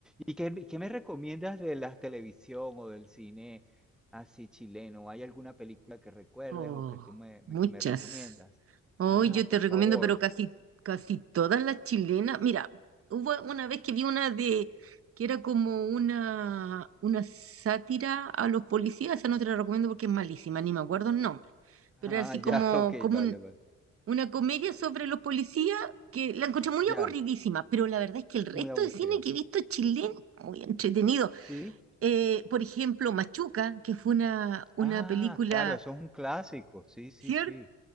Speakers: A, in the centre; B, on the right.
A: ¿Y qué, me- qué me recomiendas de la televisión o del cine así chileno? ¿Hay alguna película que recuerdes
B: Oh,
A: o que tú me, me-
B: muchas.
A: que me recomiendas?
B: Hoy
A: Ah,
B: yo te
A: por
B: recomiendo,
A: favor.
B: pero casi, casi todas las chilenas. Mira, hubo una vez que vi una de que era como una, una sátira a los policías, esa no te la recomiendo porque es malísima, ni me acuerdo el nombre,
A: Ah,
B: pero era así
A: ya,
B: como,
A: <laughs> ok,
B: como
A: vale,
B: un-
A: vale.
B: una comedia sobre los policías que la encontré muy
A: Ya,
B: aburridísima, pero la verdad es que el resto
A: muy aburrido.
B: de cine que he visto chileno, muy entretenido.
A: ¿Sí?
B: Eh, por ejemplo, Machuca, que fue una, una
A: Ah,
B: película,
A: claro, eso es un clásico. Sí, sí,
B: ¿cierto?
A: sí.